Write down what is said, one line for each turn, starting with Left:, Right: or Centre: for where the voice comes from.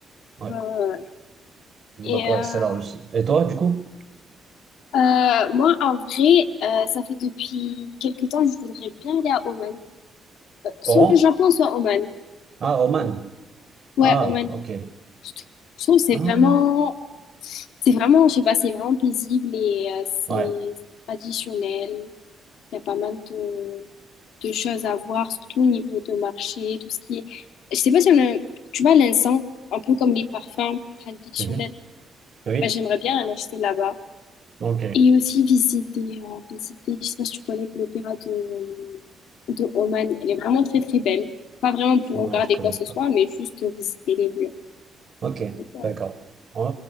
Right: ouais.
Left: Euh,
Right: Donc
Left: et
Right: ouais, c'est la Russie. Et toi, du coup?
Left: Euh, moi, en vrai, euh, ça fait depuis quelque temps, je voudrais bien aller à Oman. Euh, Soit
Right: Oran?
Left: le Japon, soit Oman.
Right: Ah, Oman.
Left: Ouais,
Right: Ah,
Left: Oman.
Right: ok.
Left: Je trou- je trouve que c'est
Right: Ah,
Left: vraiment, c'est vraiment, je sais pas, c'est vraiment paisible et euh, c'est
Right: ouais.
Left: traditionnel. Il y a pas mal de, de choses à voir, surtout au niveau de marché, tout ce qui est. Je sais pas si on a, tu vois, l'encens, un peu comme les parfums traditionnels.
Right: Mhm. Oui.
Left: Bah, j'aimerais bien en acheter là-bas.
Right: Ok.
Left: Et aussi visiter, euh, visiter, je sais pas si tu connais l'opéra de, euh, de Oman. Elle est vraiment très très belle. Pas vraiment pour
Right: Non,
Left: regarder
Right: je connais
Left: quoi que
Right: pas.
Left: ce soit, mais juste visiter les lieux.
Right: Ok,
Left: Donc, voilà.
Right: d'accord. Euh,